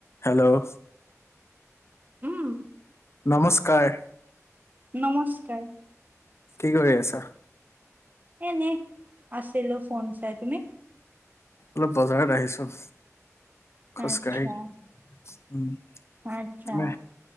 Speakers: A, on the left (about 55°); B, on the right (about 35°).
A: Hello,
B: um,
A: নমস্কাৰ।
B: নমস্কাৰ।
A: কি কৰি আছা?
B: এ এনে আছিলো ফোন চাই তুমি?
A: অলপ বজাৰত আহিছো। খোজকাঢ়ি
B: আচ্ছা।
A: উম
B: আচ্ছা
A: তুমি